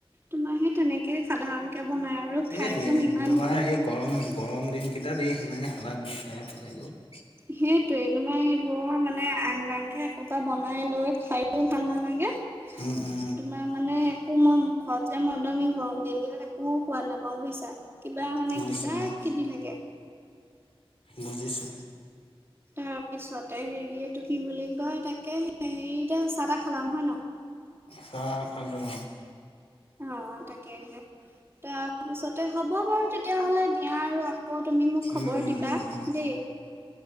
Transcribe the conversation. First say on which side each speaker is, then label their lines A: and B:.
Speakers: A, on the right; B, on the left.
A: তোমাৰ সেই তেনেকে সাধাৰণকে বনাই আৰু খাই
B: এই দি
A: থ'ম ইমান
B: তোমাৰ সেই গৰম গৰম দিনকেইটাত সেই সেনেকে <unintelligible> খায়ে ভাল লাগিব।
A: সেইটোয়ে তোমাৰ এইবোৰ মানে আংগাংঘে একসোপা বনাই লৈ খাইও ভাল নালাগে।
B: উম, উম,
A: তোমাৰ মানে কোমম ঘৰত যে মই একদম এই গৰম দিনকেইটাত একো সোৱাদ নাপাওঁ বুজিছা। কিবা মানে
B: বুজিছোঁ
A: কিবা
B: অ',
A: কিবি লাগে।
B: বুজিছোঁ।
A: তাৰ পিছতে হেৰি এইটো কি বুলি কয় তাকে এই এতিয়া চাহ তাহ খালা নহয় ন।
B: চাহ খালোঁ।
A: অ' তাকেহে, তাৰপিছতে হ'ব বাৰু তেতিয়াহ'লে দিয়া আৰু অ' তুমি মোক খবৰ
B: উম, উম,
A: দিবা,
B: উম, উম।
A: দেই।